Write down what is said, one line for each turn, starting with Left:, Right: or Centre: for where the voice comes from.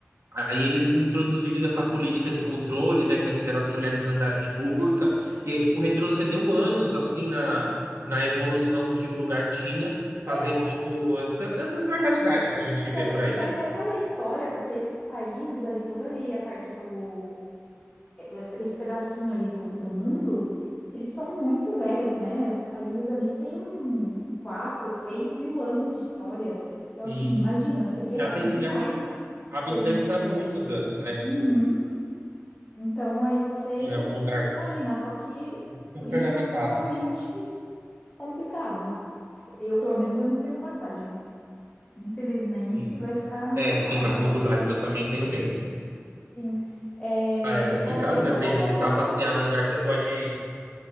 Right: Aí eles introduziram essa política de controle, né, que aí fizeram as mulheres andarem de burca, e aí, tipo, retrocedeu anos, assim, na, na evolução que o lugar tinha, fazendo,
Left: É,
Right: tipo, essa- essas barbaridades que a gente
Left: porque,
Right: vê por
Left: porque
Right: aí, né?
Left: até pela história, porque esses países ali, toda ali a parte do essa- esse pedacinho ali do, do mundo, eles são muito velhos, né? Os países ali têm quatro, seis mil anos de história. Então,
Right: E
Left: assim, imagina, seria
Right: já tem
Left: demais
Right: ha- habitantes
Left: se a gente pudesse.
Right: há muitos anos, né? Tipo,
Left: Uhum. Então, aí você
Right: já é um lugar
Left: imagina, só que
Right: super
Left: turismo
Right: habitado.
Left: é totalmente complicado. Tipo, eu, pelo menos, eu não tenho coragem. Infelizmente,
Right: Sim.
Left: vai ficar na
Right: É,
Left: vontade
Right: sim, em alguns
Left: só.
Right: lugares eu também tenho medo.
Left: Sim. É,
Right: Ah, é complicado,
Left: bom, eu vou
Right: né? Você
Left: dar
Right: ir
Left: uma
Right: visitar,
Left: olhada
Right: passear num lugar que você pode...